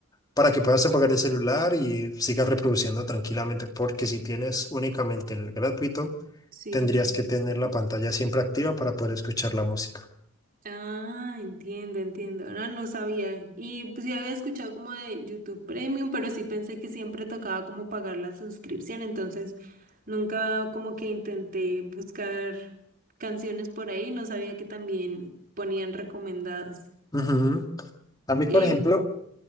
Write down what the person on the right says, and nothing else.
Sí.
Ah, entiendo, entiendo. Ahora no sabía. Y pues ya había escuchado como de YouTube Premium, pero sí pensé que siempre tocaba como pagar la suscripción, entonces nunca como que intenté buscar canciones por ahí, no sabía que también ponían recomendadas.
Y